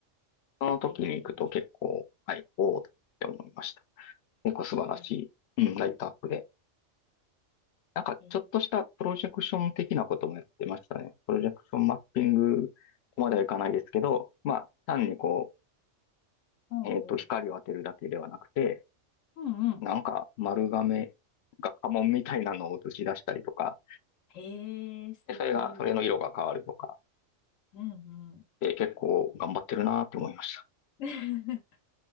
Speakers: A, on the left (about 65°); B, on the left (about 85°).
A: その時に行くと結構、
B: ライトアップいい。
A: はい、おおって思いました。結構素晴らしい、
B: へ
A: うん、ライトアップで。なんか、
B: え、へえ、
A: ちょっとしたプロジェクション的なこともやってましたね。プロジェクションマッピングまではいかないですけど、まあ、単にこ
B: おうおう。
A: う、えっと、光を当てるだけではなくて、
B: うんうん。
A: なんか丸亀が家紋みたいなのを映し出したりとか、
B: へえ、素敵。
A: で、それが、それの色が変わるとか、
B: うんうん。
A: で、結構頑張ってるなって思いました。
B: <laughs>